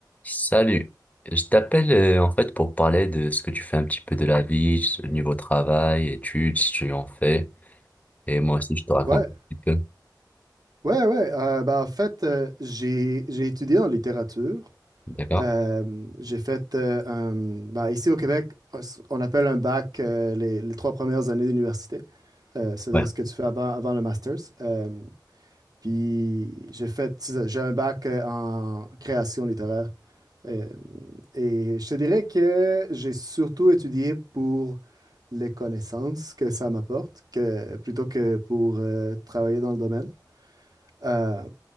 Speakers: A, on the left; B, on the right.
A: Salut, je t'appelle euh, en fait pour parler de ce que tu fais un petit peu de la vie, ce niveau travail, études, si tu en fais, et moi aussi je te raconte
B: Ouais,
A: un petit peu,
B: ouais, ouais. Euh, ben, en fait, euh, j'ai j'ai étudié en littérature.
A: d'accord?
B: Euh, j'ai fait euh, un- ben, ici au Québec, on appelle un bac euh, les, les trois premières années d'université. Euh, c'est-à-dire
A: Ouais.
B: ce que tu fais avant, avant le master's. Euh, puis j'ai fait, c'est ça, j'ai un bac euh, en création littéraire. Euh, et je te dirais que j'ai surtout étudié pour les connaissances que ça m'apporte, que, plutôt que pour euh, travailler dans le domaine. Euh,